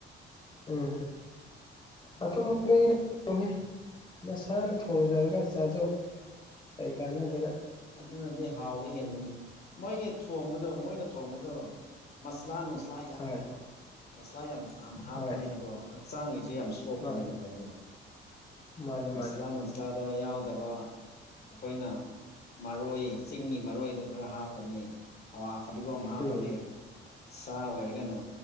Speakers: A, on the left; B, on the left.
A: ꯎꯝ ꯑꯊꯣꯡꯕ ꯂꯩꯔꯅꯨꯍꯦ ꯅꯁꯥꯅ ꯊꯣꯡꯖꯔꯒ ꯆꯥꯖꯧ ꯀꯩ ꯀꯥꯅꯗꯅ
B: ꯑꯗꯨꯅꯗꯤ ꯍꯥꯎꯕ ꯍꯦꯟꯕꯅꯤ ꯃꯣꯏꯒꯤ ꯊꯣꯡꯕꯗꯣ ꯃꯣꯏꯅ ꯊꯣꯡꯕꯗꯣ ꯃꯁꯂꯥ ꯅꯨꯡꯁꯂꯥ ꯌꯥꯝꯃꯦꯕ
A: ꯍꯣꯏ
B: ꯃꯁꯂꯥ ꯌꯥꯝ ꯌꯥꯝ ꯍꯥꯞꯄꯅꯤꯅꯀꯣ
A: ꯍꯣꯏ
B: ꯍꯛꯆꯥꯡꯒꯤꯖꯨ ꯌꯥꯝ ꯁꯣ ꯁꯣꯛꯀꯅꯤꯕꯀꯣ
A: ꯃꯥꯅꯦ
B: ꯑꯗꯨ
A: ꯃꯥꯅꯦ
B: ꯃꯁꯂꯥꯅꯨ
A: ꯃꯥꯅꯦ
B: ꯆꯥꯗ ꯌꯥꯎꯗꯕ ꯑꯈꯣꯏꯅ ꯃꯔꯣꯏ ꯆꯤꯡꯒꯤ ꯃꯔꯣꯏꯗꯨ ꯈꯔ ꯍꯥꯞꯄꯅꯤ ꯍꯥꯋꯥ ꯐꯗꯤꯒꯣꯝ ꯍꯥꯞꯄꯅꯤ
A: ꯎꯝ
B: ꯁꯥ ꯑꯣꯏꯔꯒꯅ